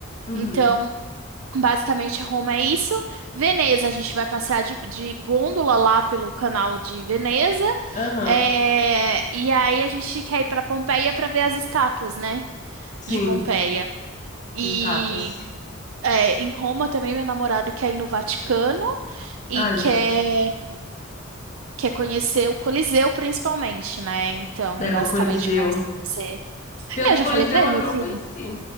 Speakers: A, on the left; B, on the right.
A: Uhum.
B: Então Basicamente, Roma é isso. Veneza, a gente vai passear de, de gôndola lá pelo canal de Veneza.
A: Aham,
B: É, e aí a gente quer ir para Pompeia para ver as estátuas, né?
A: sim,
B: De Pompeia. E
A: estátuas.
B: é, em Roma também, meu namorado quer ir no Vaticano e
A: Ah,
B: quer,
A: justo.
B: quer conhecer o Coliseu, principalmente, né? Então,
A: É,
B: basicamente,
A: o Coliseu.
B: vão ser.
A: Pior
B: É,
A: que
B: Eu
A: o
B: já
A: Coliseu
B: falei para ele,
A: eu
B: meu
A: não
B: filho.
A: conheci.